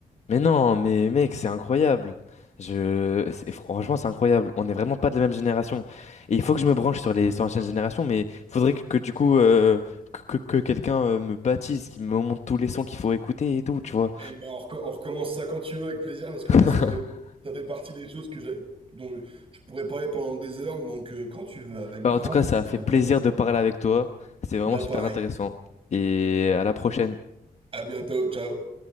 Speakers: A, on the left (about 45°); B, on the right (about 35°).
A: Mais non, mais mec, c'est incroyable. Je, c'est- franchement, c'est incroyable. On n'est vraiment pas de la même génération. Et il faut que je me branche sur les sur l'ancienne génération, mais faudrait que, que du coup euh, que, que, que quelqu'un euh, me baptise, qu'il me montre tous les sons qu'il faut écouter et tout, tu vois.
B: Eh ben, on, reco- on recommence ça quand tu veux, avec plaisir, parce que
A: <laughs>
B: moi, ça fait, ça fait partie des choses que j'a- dont je pourrais parler pendant des heures. Donc, euh, quand tu veux, avec
A: Bah
B: grand
A: en tout cas,
B: plaisir,
A: ça a fait plaisir
B: vraiment.
A: de parler avec toi. C'est vraiment
B: Bah
A: super
B: pareil.
A: intéressant. Et à la prochaine.
B: À bientôt. Ciao.